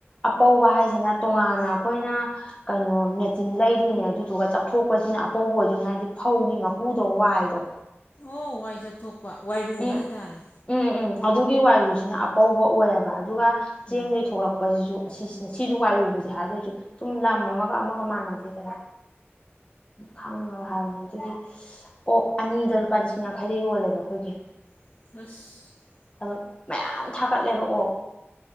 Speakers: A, on the left (about 25°); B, on the left (about 40°).
A: ꯑꯄꯧꯕ ꯍꯥꯏꯁꯤꯅ ꯇꯣꯉꯥꯟꯅ ꯑꯩꯈꯣꯏꯅ ꯀꯩꯅꯣ ꯃꯦꯆꯤꯟ ꯂꯩꯗꯣꯏꯅꯦ ꯑꯗꯨꯗꯨꯒ ꯆꯥꯞꯊꯣꯛꯄꯁꯤꯅ ꯑꯄꯧꯕ ꯑꯣꯏꯗꯣꯏꯅꯦ ꯍꯥꯏꯕꯗꯤ ꯐꯧꯒꯤ ꯃꯀꯨꯗꯣ ꯋꯥꯏꯗꯣ
B: ꯑꯣꯣ ꯋꯥꯏꯖ ꯊꯣꯛꯣꯛ ꯋꯥꯏꯔꯨ
A: ꯎꯝ
B: ꯍꯥꯏꯇꯥꯔꯦ
A: ꯎꯝ ꯎꯝ ꯑꯗꯨꯒꯤ ꯋꯥꯏꯔꯨꯁꯤꯅ ꯑꯄꯧꯕ ꯑꯣꯏꯌꯦꯕ ꯑꯗꯨꯒ ꯆꯦꯡꯗꯒꯤꯩ
B: ꯎꯝ
A: ꯊꯣꯛꯂꯛꯄꯁꯤꯁꯨ ꯁꯤꯁꯤ ꯁꯤꯁꯨ ꯋꯥꯏꯔꯨꯕꯗꯤ ꯍꯥꯏꯗꯣꯏꯁꯨ ꯁꯨꯝ ꯂꯝ ꯑꯃꯒ ꯑꯃꯒ ꯃꯥꯟꯅꯗꯦꯗꯅ ꯈꯥꯡꯉ ꯑꯍꯕꯅꯦ ꯑꯗꯨꯒꯤ ꯑꯣꯛ ꯑꯅꯤꯗ ꯂꯨꯄꯥ ꯂꯤꯁꯤꯡ ꯌꯥꯡꯈꯩꯗ ꯌꯣꯜꯂꯦꯕ ꯑꯩꯈꯣꯏꯒꯤ
B: ꯑꯁ
A: ꯑꯗꯨꯝ ꯃꯌꯥꯝ ꯊꯥꯒꯠꯂꯦꯕ ꯑꯣ